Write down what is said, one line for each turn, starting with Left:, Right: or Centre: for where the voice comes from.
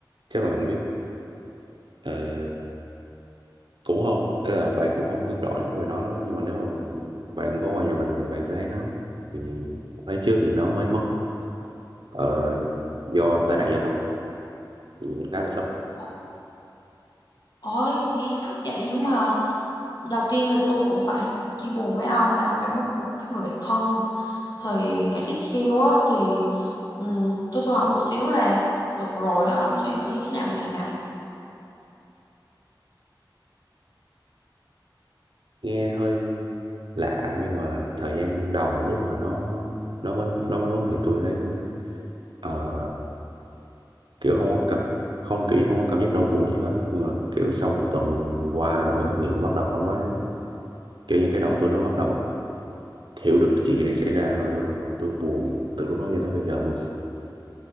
Right: chắc là bạn biết ờ, cũng không ý là bạn cũng không biết rõ về nó lắm nhưng mà nếu mà bạn có qua nhà mình thì bạn sẽ thấy nó thì một tháng trước thì nó mới mất ờ, do tai nạn giao thông thì mình khá là sốc
Left: Ờ, Ôi, nghe sốc vậy nhưng mà đầu tiên là tôi cũng phải chia buồn với ông là ông đã mất một cái người bạn thân. thì cái tiếp theo á thì ừm, tôi tôi hỏi một xíu là được rồi á ông suy nghĩ như thế nào về chuyện này
Right: nghe hơi lạ nhưng mà thời gian đầu lúc mà nó nó mới nó mới mất thì tôi thấy ờ, kiểu không có cảm không kiểu như không có cảm giác đau buồn gì hết nhưng mà kiểu sau một tuần qua rồi thì bắt đầu nó mới kiểu như cái đầu tôi nó bắt đầu hiểu được chuyện gì đang xảy ra và tôi bắt đầu tôi buồn từ lúc đó cho tới bây giờ luôn